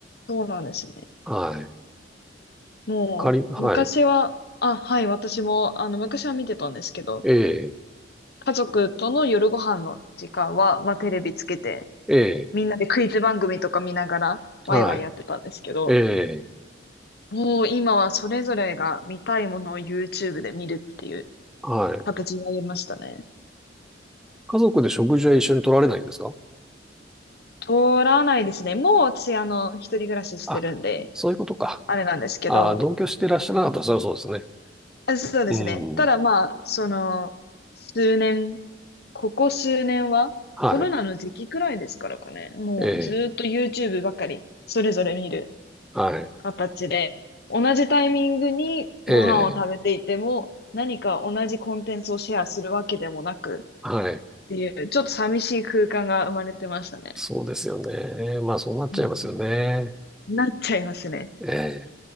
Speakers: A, on the left; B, in the centre.
A: そうなんですね。
B: はい。
A: もう、
B: かり、はい。
A: 昔は、あ、はい、私も、あの、昔は見てたんですけど、
B: ええ、
A: 家族との夜ご飯の時間は、まあ、テレビつけて、
B: ええ、
A: みんなでクイズ番組とか見ながら、
B: はい。
A: ワイワイやってたんですけど、
B: ええ、
A: もう今はそれぞれが見たいものを YouTube で見るっていう
B: はい。
A: 形になりましたね。
B: 家族で食事は一緒に取られないんですか
A: 取らないですね。もう私、あの、一人暮らししてるんで、
B: あ、そういうことか。
A: あれなんですけど、
B: あ、同居していらっしゃらなかったらそれはそうですね。
A: あそうですね。
B: うん。
A: ただまあ、その、数年、ここ数年は、
B: はい。
A: コロナの時期くらいですからかね。もうずーっと
B: ええ、
A: YouTube ばかり、それぞれ見る
B: はい。
A: 形で、同じタイミングにご飯を食べていても、
B: ええ
A: 何か同じコンテンツをシェアするわけでもなく
B: はい。
A: っていう、ちょっと寂しい空間が生まれてましたね。
B: そうですよね。まあ、そうなっちゃいますよね。
A: うんなっちゃいますね。
B: ええ